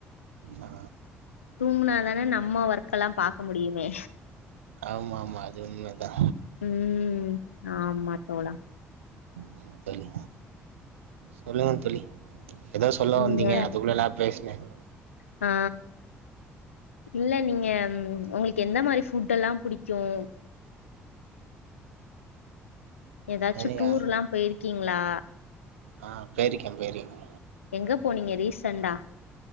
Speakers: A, on the right; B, on the left.
A: ஆ
B: தூங்குனாதான நம்ம ஒர்க் எல்லாம் பாக்க முடியுமே
A: ஆமா ஆமா அது உண்மதா
B: ம் ஆமா தோழா
A: ஆமா தோழி சொல்லுங்க தோழி எதோ சொல்ல
B: நீங்க
A: வந்தீங்க அதுக்குள்ள நா பேசுனேன்
B: ஆ இல்ல நீங்க உங்களுக்கு எந்த மாரி ஃபுட் எல்லாம் புடிக்கும் எதாச்சும்
A: என்னையா
B: டூர்ல்லாம் போய்ருக்கீங்களா
A: ஆ போய்ருக்கேன் போய்ருக்கேன்
B: எங்க போனீங்க ரீசென்டா